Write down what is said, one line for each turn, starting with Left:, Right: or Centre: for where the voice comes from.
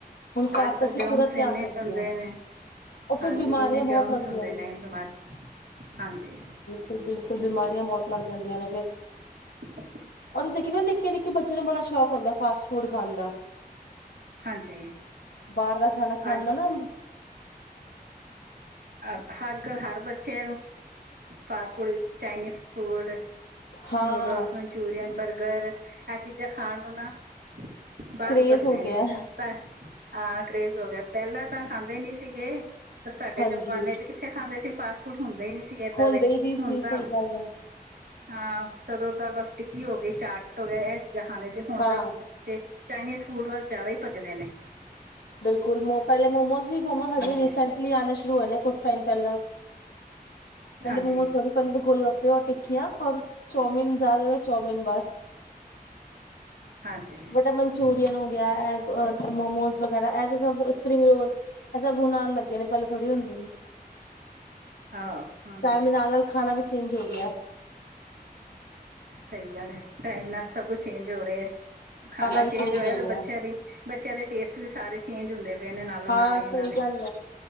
Left: ਘਰ
Right: ਅੱਜ ਕੱਲ੍ਹ
Left: ਤਾਂ ਅਸੀਂ
Right: ਜੋਮ
Left: ਪੂਰਾ
Right: ਸੇਨੇ
Left: ਧਿਆਨ ਰੱਖਦੇ
Right: ਹੁੰਦੇ
Left: ਹਾਂ
Right: ਨੇ
Left: ਉਹ ਫਿਰ
Right: ਹਾਂਜੀ
Left: ਬਿਮਾਰੀਆਂ
Right: ਇੰਨੇ
Left: ਬਹੁਤ
Right: ਜਮਸ
Left: ਲੱਗਦੀਆਂ
Right: ਹੁੰਦੇ ਨੇ ਬਿਮਾਰੀ ਹਾਂਜੀ
Left: ਬਿਲਕੁਲ ਬਿਲਕੁਲ ਬਿਮਾਰੀਆਂ ਬਹੁਤ ਲੱਗ ਜਾਂਦੀਆਂ ਨੇ ਫੇਿਰ
Right: <inaudible>
Left: ਦੇਖੀ ਨਿੱਕੇ ਨਿੱਕੇ ਬੱਚੇ ਨੂੰ ਬੜਾ ਸ਼ੌਕ ਹੁੰਦਾ ਫਾਸਟ ਫੂਡ ਖਾਣ ਦਾ
Right: ਹਾਂਜੀ
Left: ਬਾਹਰ ਦਾ ਖਾਣਾ ਖਾਣ
Right: ਅੱਜ
Left: ਨਾਲ ਨਾ
Right: ਅੱਜ ਕੱਲ੍ਹ ਹਰ ਬੱਚੇ ਫਾਸ ਫੂਡ ਵਿੱਚ ਚਾਈਨੀਜ਼ ਫੂਡ
Left: ਹਾਂ
Right: ਨੂਡਲਸ ਮਨਚੂਰੀਅਨ ਬਰਗਰ ਆ ਚੀਜ਼ ਚਾਂ ਖਾਣ ਨੂੰ ਨਾ ਬਾਹਰ
Left: ਕਰੇਜ਼
Right: ਨੂੰ ਭੱਜਦੇ
Left: ਹੋ
Right: ਨੇ
Left: ਗਿਆ
Right: ਪ ਹਾਂ ਕਰੇਜ਼ ਹੋ ਗਿਆ ਪਹਿਲਾਂ ਤਾਂ ਖਾਂਦੇ ਨੀ ਸੀਗੇ ਪਰ ਸਾਡੇ
Left: ਹਾਂਜੀ
Right: ਚ ਜ਼ਮਾਨੇ ਚ ਕਿੱਥੇ ਖਾਂਦੇ ਸੀ ਫਾਸਟ ਫੂਡ ਹੁੰਦੇ ਹੀ ਨਹੀਂ ਸੀਗੇ ਏਦਾਂ
Left: ਹੁੰਦੇ
Right: ਦੇ
Left: ਹੀ ਨਹੀਂ
Right: ਹੁਣ
Left: ਸੀ
Right: ਤਾਂ
Left: ਸਹੀ ਗੱਲ ਹੈ
Right: ਹਾਂ ਤਦੋਂ ਤਾਂ ਬਸ ਟਿੱਕੀ ਹੋ ਗਈ ਚਾਟ ਹੋ ਗਿਆ ਇਹ ਚੀਜ਼ਾਂ ਖਾਂਦੇ ਸੀ ਹੁਣ
Left: ਹਾਂ
Right: ਤਾਂ ਚਾਈਨੀਜ਼ ਫੂਡ ਵੱਲ ਜ਼ਿਆਦਾ ਹੀ ਭੱਜਦੇ ਨੇ
Left: ਬਿਲਕੁਲ ਮ ਪਹਿਲੇ ਮੋਮੋਸ ਵੀ ਮੋਮੋਸ ਹਜੇ
Right: ਹਾਂਜੀ,
Left: ਰੀਸੈਂਟਲੀ ਆਉਣੇ ਸ਼ੁਰੂ ਹੋਏ ਨੇ ਕੁਛ ਟਾਈਮ ਪਹਿਲਾਂ ਪਹਿਲੇ
Right: ਹਾਂਜੀ,
Left: ਮੋਮੋਸ ਬੀ ਗੋਲ ਗੱਪੇ ਰ ਟਿਕਕੀਆਂ ਰ ਚਾਮੀਨ ਜ਼ਿਆਦਾ ਚਾਊਮਨ ਬਸ
Right: ਹਾਂਜੀ।
Left: ਮੋਟਾ ਮੰ ਮਚੂਰੀਅਨ ਹੋ ਗਿਆ ਮੋਮੋਸ ਵਗੈਰਾ ਇਹ ਤੇ ਸ ਸਪਰਿੰਗ ਰੋਲ ਅ ਬ ਹਣ ਆਉਣ ਲੱਗੇ ਨੇ ਪਹਿਲੇ ਥੋੜੀ ਹੁੰਦੇ ਸੀ
Right: ਹਾਂ ਹਾਂਜੀ
Left: ਟਾਈਮ ਦੇ ਨਾਲ ਨਾਲ ਖਾਣਾ ਵੀ ਚੇਂਜ ਹੋ ਗਿਆ
Right: ਸਹੀ ਗੱਲ ਹੈ ਟਾਈਮ ਨਾਲ ਸਭ ਕੁਝ ਚੇਂਜ ਹੋ ਰਿਹਾ ਹੈ ਖਾਣਾ
Left: ਵੀ
Right: ਚੇਂਜ ਹੋਇਆ
Left: ਹੋ
Right: ਤੇ
Left: ਗਿਆ
Right: ਬੱਚਿਆਂ ਦੀ ਬੱਚਿਆਂ ਦੇ ਟੇਸਟ ਵੀ ਸਾਰੇ ਚੇਂਜ ਹੁੰਦੇ ਪਏ ਨੇ ਨਾਲੋਂ
Left: ਹਾਂ
Right: ਨਾਲ ਹੀ
Left: ਸਹੀ
Right: ਇਹਨਾਂ ਦੇ
Left: ਗੱਲ